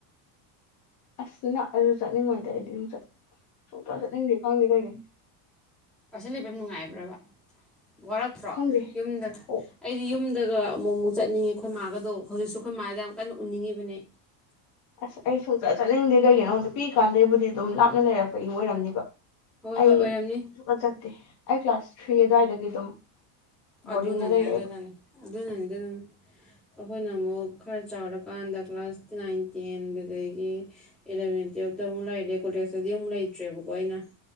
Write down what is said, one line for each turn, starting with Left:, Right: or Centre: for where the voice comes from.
Left: ꯑꯁ ꯅꯛꯑꯁꯨ ꯆꯠꯅꯤꯡꯉꯣꯏꯗ ꯑꯩꯗꯤ ꯁꯨꯡꯆꯠ ꯁꯨꯡꯆꯠ ꯆꯠꯅꯤꯡꯗꯦ ꯈꯪꯗꯦ ꯀꯔꯤꯒꯤꯅꯣ
Centre: ꯑꯁꯤ ꯂꯩꯕꯝ ꯅꯨꯡꯉꯥꯏꯕ꯭ꯔꯕ ꯋꯥꯔꯛꯇ꯭ꯔꯣ
Left: ꯈꯪꯗꯦ
Centre: ꯌꯨꯝꯗ
Left: ꯑꯣ
Centre: ꯑꯩꯗꯤ ꯌꯨꯝ ꯇꯒ ꯑꯃꯨꯛ ꯑꯃꯨꯛ ꯆꯠꯅꯤꯡꯉꯦ ꯑꯩꯈꯣꯏ ꯃꯥꯒꯗꯣ ꯍꯧꯖꯤꯛꯁꯨ ꯑꯩꯈꯣꯏ ꯃꯥꯁꯦ ꯌꯥꯝ ꯀꯟꯅ ꯎꯅꯤꯡꯉꯤꯕꯅꯦ
Left: ꯑꯁ ꯑꯩ ꯁꯨꯡꯆꯠ ꯆꯠꯅꯤꯡꯗꯦ ꯀꯩꯒꯤꯅꯣ ꯈꯪꯗꯦ ꯄꯤꯛꯏꯀꯥꯟꯗꯩꯕꯨꯗꯤ ꯑꯗꯨꯝ ꯂꯥꯞꯅ ꯂꯩꯔꯛꯄꯒꯤ ꯑꯣꯏꯔꯝꯅꯤꯕ
Centre: ꯍꯣꯏ
Left: ꯑꯩ
Centre: ꯍꯣꯏ ꯑꯣꯏꯔꯝꯅꯤ
Left: ꯁꯨꯡꯆꯠ ꯆꯠꯇꯦ ꯑꯩ ꯀ꯭ꯂꯥꯁ ꯊ꯭ꯔꯤ ꯑꯗꯨꯋꯥꯏꯗꯒꯤ ꯑꯗꯨꯝ ꯕꯣꯔꯗꯤꯡꯗ
Centre: ꯑꯗꯨꯅꯅꯦ-ꯑꯗꯨꯅꯅꯦ-ꯑꯗꯨꯅꯅꯦ-ꯑꯗꯨꯅꯅꯦ
Left: ꯂꯩꯔꯛꯑꯦꯕ
Centre: ꯍꯥ ꯑꯈꯣꯏꯅ ꯑꯃꯨꯛ ꯈꯔ ꯆꯥꯎꯔꯀꯥꯟꯗ ꯀ꯭ꯂꯥꯁ ꯅꯥꯏꯟ ꯇꯦꯟ ꯑꯗꯨꯗꯒꯤ ꯑꯦꯂꯚꯦꯟ ꯇꯨꯌꯦꯜꯞꯇ ꯑꯃꯨꯛ ꯂꯩꯔꯦ ꯀꯣꯂꯦꯖꯇꯗꯤ ꯑꯃꯨꯛ ꯂꯩꯇ꯭ꯔꯦꯕꯀꯣ ꯑꯩꯅ